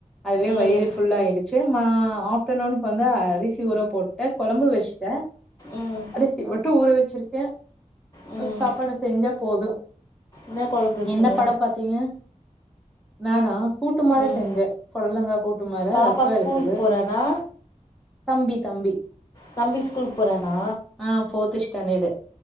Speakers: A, in the centre; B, on the left.
A: அதுவே
B: ம்
A: வயிறு ஃபுல்லா ஆயிடுச்சு ட்டு மா ஆப்டர் நூனுக்கு வந்து அரிசி ஊர போட்டே கொழம்பு வச்சு த
B: ம்
A: அருசி மட்டு ஊற வச்சிருக்கே
B: ம்
A: சாப்பாடு செஞ்சா போது
B: என்ன கொழம்பு வச்சீங்க
A: என்ன படம் பாத்தீங்க நானா கூட்டு மாரி
B: ம்
A: செஞ்ச பொடலங்காய் கூட்டு மார
B: பாப்பா
A: ரசோ
B: ஸ்கூலுக்கு
A: இருக்குது
B: போறானா
A: தம்பி தம்பி
B: தம்பி ஸ்கூலுக்கு போறானா
A: ஆ ஃபோர்த்து ஸ்டாண்டர்டு